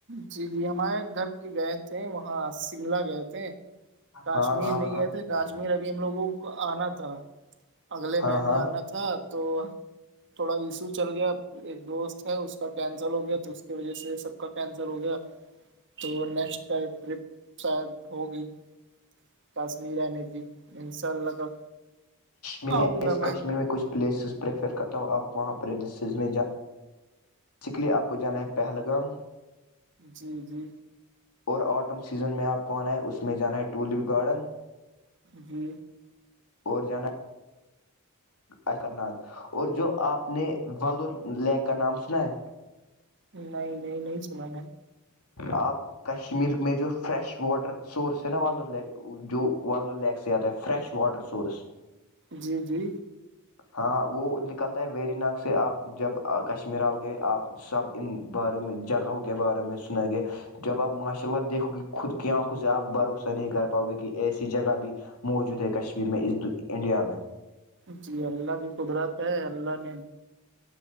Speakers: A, on the right; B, on the left.
A: جی جی ہمارے گھر کے گئے تھے وہاں شملہ گئے تھے کاشمیر
B: ہاں ہاں
A: نہیں
B: ہاں
A: گئے تھے کاشمیر ابھی ہم لوگوں کو آنا تھا اگلے
B: ہاں
A: مہینے
B: ہاں
A: آنا تھا تو تھوڑا ایشو چل گیا ایک دوست ہے اس کا کینسل ہو گیا تو اس کی وجہ سے سب کا سل ہو گیا تو نیکٹ ٹرپ شاید ہوگی کشمیر رہنے کی انشاء اللہ کا
B: میں
A: آؤں
B: اس
A: گا
B: کشمیر میں کچھ پلیسز پریفر کرتا ہوں آپ وہاں پریریسز میں جائیں اس کے لیئے آپ کو جانا ہے پہلگام
A: جی جی
B: اور آٹم سیزن میں آپ کو آنا ہے اسس میں جانا ہے ٹولپ گارڈن
A: جی
B: اور جانا اکر نگ اور جو آپ نے ور لییک کا نام سنا ہے
A: نہیں نہیں نہیں سنا میں
B: آپ کشمیر میں جو فریش واٹر سورس ہیں نا وال ل جو ولل لییک سے آتا ہے فریش واٹر سورس
A: جی جی
B: ہاں وہ نکلتا ہے ویری نگ سے آپ جب کشمیر آؤ گے آپ سب ان بارے میں جگہوں کے بارے میں سنیں گے جب آپ ماشاء اللہ دیکھو گے خود کی آنکھود سے آپ بھروسہ نہیں کر پاؤ گے کہ ایسی جگہ بھی موجود ہے کشمیر میں اس انڈیا میں
A: جی اللہ کی قدرت ہے اللہ نے